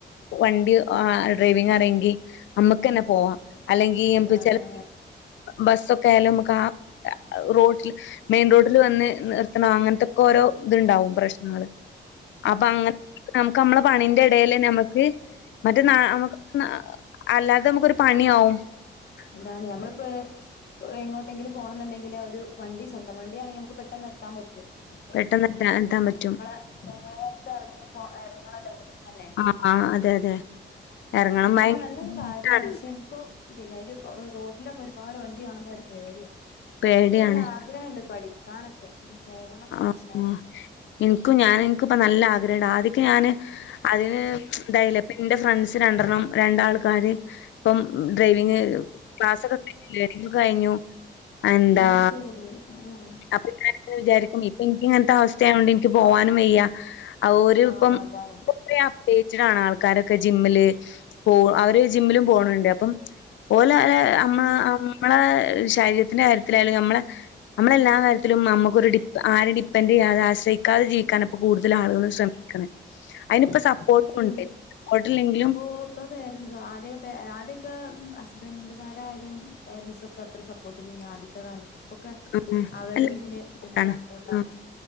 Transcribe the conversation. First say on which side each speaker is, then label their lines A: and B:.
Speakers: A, on the left; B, on the left.
A: വണ്ടി അഹ് ഡ്രൈവിങ് അറിയെങ്കി നമ്മക്ക് തന്നെ പോവാം അല്ലെങ്കി
B: അതാണ്
A: ചില ബസ്സൊക്കെ ആയാലും നമുക്ക് ആ റോ ഡില് മെയിൻ റോട്ടില് വന്ന് നിർത്തണം അങ്ങനത്തൊക്കെ ഓരോ ഇതിണ്ടാവും പ്രശ്നങ്ങള് അപ്പൊ അങ്ങനെ നമുക്ക് നമ്മള പണീന്റെ എടേലെന്നെ നമക്ക് മറ്റേ നാ നമ നാ അല്ലാതെ നമുക്കൊരു പണിയാവും
B: അതാണ് ഞമ്മളിപ്പോ എങ്ങോട്ടെങ്കിലും പോണംന്നിണ്ടെങ്കില് ഒരു വണ്ടി സ്വന്തം വണ്ടിയാണെങ്കി നമ ക്ക് പെട്ടെന്ന് എത്താൻ പറ്റും
A: പെട്ടെന്ന് എത്താ
B: <inaudible>
A: എത്താൻ പറ്റും.
B: നമ്മളെ നേരത്തെ ഇറങ്ങിപ്പോ ഇറങ്ങണല്ലോ വീട്ടീന്നന്നെ
A: ആഹ് ആഹ് അതെ അതെ എറങ്ങണം
B: അങ്ങനെ
A: ഭയങ്കര
B: നല്ലൊരു കാര്യാണ്
A: ട്ടാണ്
B: പക്ഷെ കൊ പിന്നെ ഒരു റോഡിലൊക്കെ ഒരുപാട് വണ്ടി കാണുമ്പോ ഒരു പേടിയ
A: പേടിയാണ്.
B: ഇൻക്ക് നല്ല ആഗ്രഹെണ്ട് പഠിക്കാനൊക്കെ പോവണം
A: ആഹ്
B: ഇൻഷാ അള്ളാ
A: ഉം എനിക്കും ഞാൻ എനിക്ക് ഇപ്പ നല്ല ആഗ്രഹെണ്ട് ആദ്യക്ക് ഞാന് അതിന് ഇതായില്ല ഇപ്പ എന്റെ ഫ്രണ്ട്സ് രണ്ടെണ്ണം രണ്ടാൾക്കാര് ഇപ്പം ഡ്രൈവിങ് ക്ലാസ് ഒക്കെ കഴിഞ്ഞു ലെയ്ണിംഗ് കഴിഞ്ഞു എന്താ
B: അത് ശരി ആഹ്
A: <unintelligible> വിചാരിക്കും ഇപ്പൊ എനിക്കിങ്ങനത്തെ അവസ്ഥയായോണ്ട് എനിക്ക് പോവാനും വയ്യ ആഹ് ഒരു
B: ആ
A: ഇപ്പം
B: അതാണ്
A: <unintelligible> ഡേറ്റടാണ് ആൾക്കാരൊക്കെ ജിമ്മില് പോവും അവര് ജിമ്മിലും പോണെണ്ട് അപ്പം ഓലാല് അമ്മ അം നമ്മളാ ശരീരത്തിന്റെ കാര്യത്തിലായാലും ഞമ്മളെ നമ്മളെല്ലാ കാര്യത്തിലും നമ്മുക്കൊരു ഡി ആരേം ഡിപ്പെൻഡ് ചെയ്യാതെ ആശ്രയിക്കാതെ ജീവിക്കാൻ ഇപ്പൊ കൂടുതൽ ആളുകളും ശ്രമിക്കണെ
B: <unintelligible>
A: അയിനിപ്പോ സപ്പോർട്ടും ഉണ്ട് സപ്പോർട്ടില്ലെങ്കിലും
B: ഓഹ് ഇപ്പൊ പേരൻസാ ആദ്യം ഇപ്പെ ആദ്യക്കേ ഹസ്ബൻഡുമാരായാലും പേരൻസൊക്കെ അത്ര സപ്പോർട്ട് <unintelligible> ആദ്യത്തെ കാലത്ത് ഒക്കെ
A: ഉം
B: അവരും
A: അല്ല
B: ഇതിന് പിന്നെ
A: ആണ്
B: സപ്പോർട്ടാണ്.